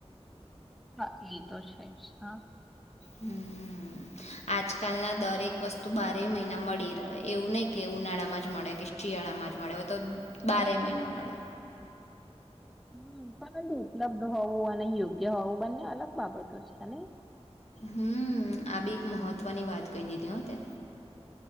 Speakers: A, in the centre; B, on the left (about 80°).
A: હા એ તો છે જ હા
B: હમ આજકાલના દરેક વસ્તુ બારે મહિના મળી રહે એવું નહીિ કે ઉનાળામાં જ મળે કે શિયાળામાં જ મળેવે તો બારે મહિના મળે
A: હમ પણ ઉપલબ્ધ હોવું અને યોગ્ય હોવું બંને અલગ બાબતો છે
B: હમ આ બી એક મહત્વની વાત કહી દીધી હો તે